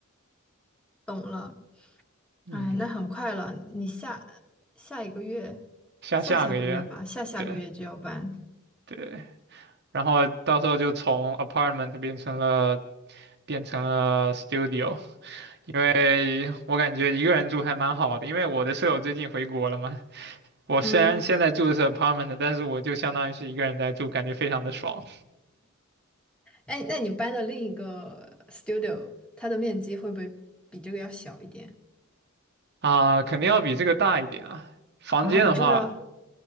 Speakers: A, in the centre; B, on the right.
A: 懂了。
B: 嗯，
A: 哎，那很快了，你下下一个月，
B: 下下个月，
A: 下下个月吧，下下个月就要搬。
B: 对对，然后到时候就从 apartment 变成了变成了 studio。因为我感觉一个人住还蛮好的，因为我的舍友最近回国了嘛。我虽然现在住的是
A: 嗯，
B: apartment，但是我就相当于是一个人在住，感觉非常的爽
A: 哎，那你搬的另一个 studio，它的面积会不会比这个要小一点？
B: 啊，肯定要比这个大一点啊。房间的话，
A: 啊，比这个要